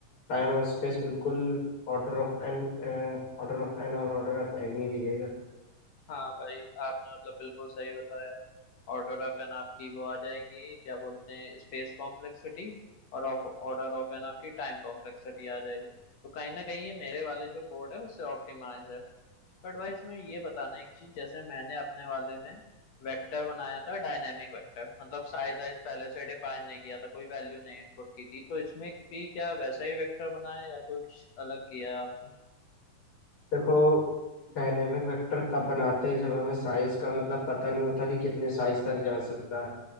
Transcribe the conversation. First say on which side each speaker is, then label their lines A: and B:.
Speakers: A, on the left; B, on the left.
A: टाइम और स्पेस बिल्कुल order of N order of N और ऑर्डर ऑफ एन ही लिएगा
B: हाँ भाई आपने मतलब बिल्कुल सही बताया ऑर्डर ऑफ एन आपकी वो आ जाएगी क्या बोलते हैं स्पेस कॉम्प्लेक्सिटी और ऑफ ऑर्डर ऑफ एन आपकी टाइम कॉम्प्लेक्सिटी आ जाएगी तो कहीं ना कहीं ये मेरे वाले जो कोड है उससे ऑप्टिमाइज है बट भाई इसमें ये बताना है एक चीज जैसे मैंने अपने वाले में वेक्टर बनाया था डायनेमिक वेक्टर मतलब साइज वाइज पहले से डिफाइन नहीं किया था कोई वैल्यू नहीं इनपुट की थी तो इसमें भी क्या वैसा ही वेक्टर बनाया या कुछ अलग किया है आपने
A: देखो डायनेमिक वेक्टर तब बनाते हैं जब हमें साइज का मतलब पता नहीं होता कि कितने साइज तक जा सकता है